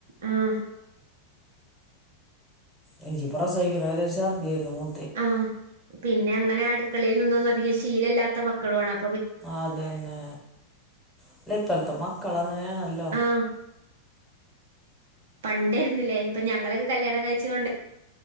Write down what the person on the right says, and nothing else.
ഉം.
ആഹ്. പിന്നെ അങ്ങനെ അടുക്കളെല് നിന്നൊന്നും അധികം ശീലല്ലാത്ത മക്കളും ആണ് അ
ആഹ് പണ്ടേരുന്നില്ലേ ഇപ്പൊ ഞങ്ങളൊക്കെ കല്യാണം കഴിച്ച് കൊണ്ടെ